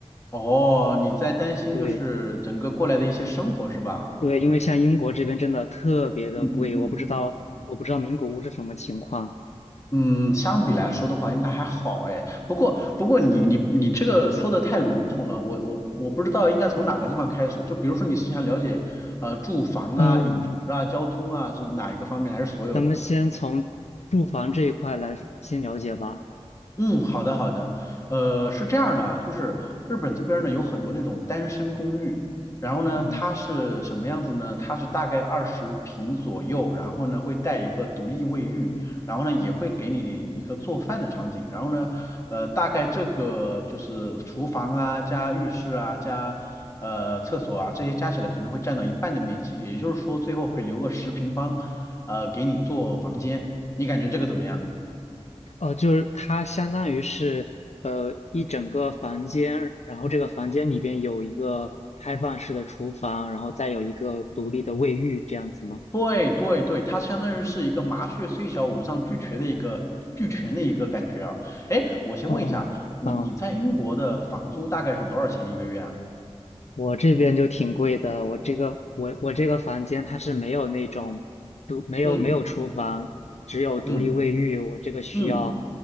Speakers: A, on the left (about 25°); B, on the left (about 75°).
A: 哦，你在担心就是整个过来的一些生活是吧？
B: 对对，因为像英国这边真的特别的贵，
A: 嗯嗯嗯。
B: 我不知道我不知道名古屋是什么情况。
A: 嗯，相比来说的话，应该还好哎。不过不过你你你这个说的太笼统了，我我我不知道应该从哪个地方开始。就比如说你是想了解呃住房啊、
B: 嗯，
A: 饮食啊、交通啊，这哪一个方面，还是所有的？
B: 咱们先从住房这一块来先了解吧。
A: 嗯，好的好的，呃，是这样的啊，就是日本这边儿呢有很多那种单身公寓，然后呢它是什么样子呢？
B: 嗯，
A: 它是大概二十平左右，然后呢会带一个独立卫浴，然后呢也会给你一个做饭的场景，然后呢，呃，大概这个就是厨房啊加浴室啊加呃厕所啊这些加起来可能会占到一半的面积，也就是说最后会留个十平方，呃给你做房间，你感觉这个怎么样？
B: 哦，就是它相当于是呃一整个房间，然后这个房间里边有一个开放式的厨房，然后再有一个独立的卫浴，这样子吗？
A: 对对对，它相当于是一个麻雀虽小，五脏俱全的一个俱全的一个感觉啊。哎，我先问一下，
B: 哦，
A: 你你在英国的房租大概是多少钱一个月啊？
B: 啊。我这边就挺贵的，我这个我我这个房间它是没有那种独没有没有厨房，
A: 嗯
B: 只有独立卫浴，
A: 嗯
B: 我这个需要
A: 嗯